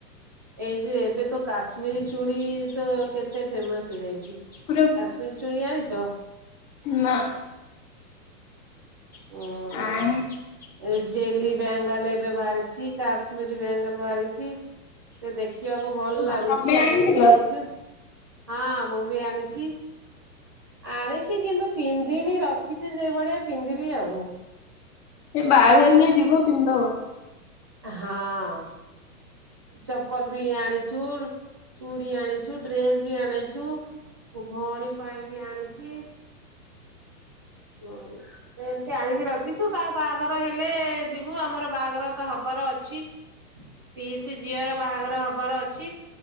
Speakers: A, on the right; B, on the left.
A: ଏଇ ଯୋଉ ଏବେ ତ କାଶ୍ମୀରୀ ଚୁଡି କେତେ ଫେମସ ହେଇଯାଇଛି
B: ପୁରା
A: କାଶ୍ମୀର ଚୁଡ଼ି ଆଣିଛ?
B: ନା
A: ହୁଁ
B: ଆଣି
A: ଏ ଜେଲି ବ୍ୟାଙ୍ଗାଲ ଏବେ ବାହାରିଛି କାଶ୍ମୀରୀ ବ୍ୟାଙ୍ଗାଲ ବାହାରିଛି। ସେ ଦେଖିବାକୁ ଭଲ
B: ତମେ
A: ଲାଗୁଛି ଆମେ
B: ଆଣିଥିଲ?
A: ବି ନେଇଛୁ ହଁ ମୁଁ ବି ଆଣିଛି। ଆଣିଛି କିନ୍ତୁ ପିନ୍ଧିନି ରଖିଛି ସେଇଭଳିଆ ପିନ୍ଧିବି ଆଉ
B: ଏ ବାହାଘରରେ ଯିବ ପିନ୍ଧିଦବ।
A: ହଁ। ଚପଲ ବି ଆଣିଛୁ ଚୁଡ଼ି ଆଣିଛୁ ଡ୍ରେସ୍ ବି ଆଣିଛୁ। ମୁଁ ଭଅଣୀ ପାଇଁ ବି ଆଣିଛି। ହୁଁ ଏମତି ଆଣିକି ରଖିଛୁ। କାହା ବାହାଘର ହେଲେ ଯିବୁ ଆମର ବାହାଘର ତ ହବାର ଅଛି। ପିଇସି ଝିଅର ବାହାଘର ହବାର ଅଛି।